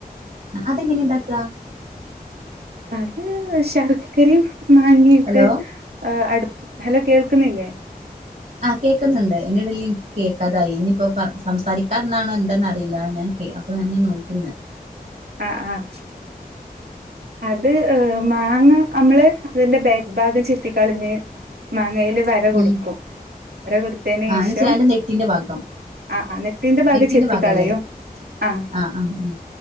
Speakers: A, on the right; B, on the right.
A: അതെങ്ങനെ ഇണ്ടാക്കാ
B: അത് ശർക്കരേം മാങ്ങേട്ട്
A: ഹലോ
B: ആഹ് അടു ഹലോ കേൾക്കുന്നില്ലേ
A: ആഹ് കേക്കുന്നുണ്ട് അയിന്റെടെല് എനിക്ക് കേക്കാതായി ഇനിപ്പോ സംസാരിക്കാ <unintelligible> എന്താന്നറിയില്ല ഞാൻ കേ ക്കെ അപ്പോ ഞാൻ അങ്ങനെ നോക്കുന്ന്
B: ആഹ് ആഹ് അത് ഏഹ് മാങ്ങ നമ്മള് അതിന്റെ ബാക്ക് ബാഗം ചെത്തിക്കളഞ്ഞ് മാങ്ങേല് വര കൊടുക്കും
A: ഉം
B: വര കൊടുത്തേന്
A: ആഹ്
B: ശേഷം
A: എന്ന് വെച്ചാ അതിന്റെ നെറ്റിന്റെ ഭാഗം
B: ആഹ് ആന്നിട്ട് ഇതിന്റെ ഭാഗ
A: നെറ്റിന്റെ
B: ചെത്തിക്കളയു
A: ഭാഗല്ലേ
B: ആഹ്
A: ആഹ് ആഹ്